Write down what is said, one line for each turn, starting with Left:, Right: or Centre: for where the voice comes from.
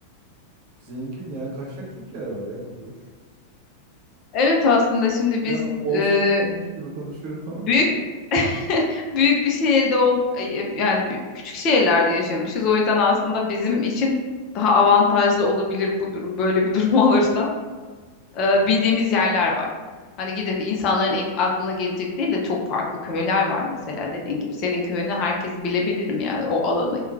Right: Zengin yani kaçacak çok yer var ya Fatoş.
Left: Evet aslında şimdi biz
Right: Yani olsun
Left: e,
Right: olmuş gibi konuşuyorum ama.
Left: büyük <laughs> büyük bir şehirde ol yani bi- küçük şehirlerde yaşamışız. O yüzden aslında bizim için daha avantajlı olabilir bu durum. Böyle bir durum <laughs> olursa. e, bildiğimiz yerler var. Hani gidip insanların ilk aklına gelecek değil de çok farklı köyler var mesela dediğin gibi. Senin köyünü herkes bilebilirim yani o alanı.